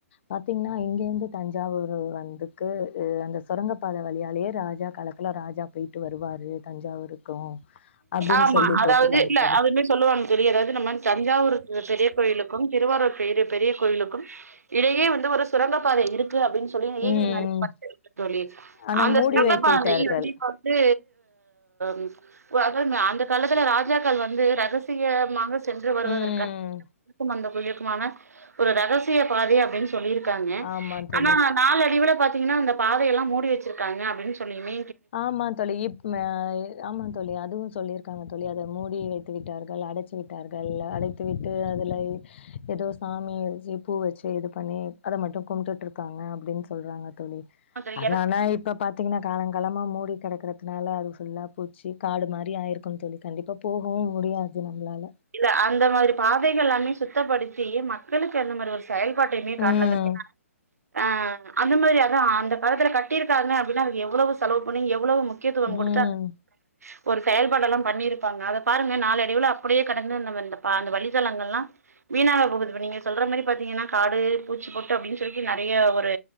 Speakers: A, on the left (about 45°); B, on the right (about 85°).
A: பாத்தீங்னா இங்க இருந்து தஞ்சாவூரு வந்துக்கு அந்த சுரங்கப்பாத வழியாலே ராஜா காலத்துல ராஜா போயிட்டு வருவாரு தஞ்சாவூர் வரைக்கு அப்டின்
B: ஆமா
A: சொல்லி
B: அதாவது
A: போட்டிருக்காங்க
B: இல்ல
A: தோழி
B: அவர் மி சொல்லுவான் தோழி எதாவது நம்ம தஞ்சாவூர் பெரிய கோயிலுக்கும் திருவாரூர் பெரி பெரிய கோயிலுக்கும் இடையே வந்து ஒரு சுரங்க பாதை இருக்கு அப்படின் சொல் சொல்லி
A: ம்
B: அந்த <unintelligible> தோழி
A: ஆனா
B: அந்த
A: மூடி
B: சுங்க
A: வைத்து
B: பாதை
A: விட்டார்கள்
B: வந்து இப்ப வந்து ம் அந்த காலத்துல ராஜாக்கள் வந்து ரகசியமாக சென்று வருவதற்கா
A: ம்
B: அந்த குயுக்குமான ஒரு ரகசிய பாதை அப்படின் சொல் சொல்லியிருக்காங்க
A: ஆமா தோழி
B: ஆனா நாலு அடிவுல பாத்தீங்கன்னா அந்த பாதைய எல்லாம் மூடி வச்சிருக்காங்க அப்படின் சொல்லியுமே
A: ஆமா தோழி இப் ம் அ ஆமா தோழி அதுவு சொல்லியிருக்காங்க தோழி அதை மூடி வைத்து விட்டார்கள் அடச் து விட்டார்கள் அடைத்து விட்டு அதுலய் ஏதோ சாமிய வச்சு பூ வச்சு இது பண்ணி அத மட்டு கும்ட்டுட்டு இருக்காங்க அப்டின் சொல்றாங்க தோழி
B: எனக்கு
A: அது ஆனா இப்ப பாத்தீங்னா காலங் காலமா மூடி கிடக்கறதுனால அது ஃபுல்லா பூச்சி காடு மாரி ஆயிருக்கு தோழி கண்டிப்பா போகவு முடியாது நம்ளால
B: இல்ல அந்த மாரி பாதைகள் எல்லாமே சுத்தப்படுத்தி மக்களுக்கு அந்த மாரி ஒரு செயல்பாட்டையுமே காட்டலான்தான
A: ம்.
B: அ அந்த மாரி அதா அந்தகாலத்துல கட்டிருக்காங்க அப்டினா அது எவ்வளவு செலவு பண்ணி எவ்வளவு முக் கியத்துவம்
A: ம்.
B: குடுத்தா ஒரு செயல்பாடு எல்லாம் பண்ணிருப்பாங்க அத பாருங்க நாலடைவுல அப்டியே கடந்து வந்த நம்ம பா அந்த வழித்தளங்கள்லா வீணாக போகுது நீங்க சொல்ற மாரி பாத்தீங்னா காடு பூச்சி பொட்டு அப்படின் சொல்லிட்டு நெறய ஒரு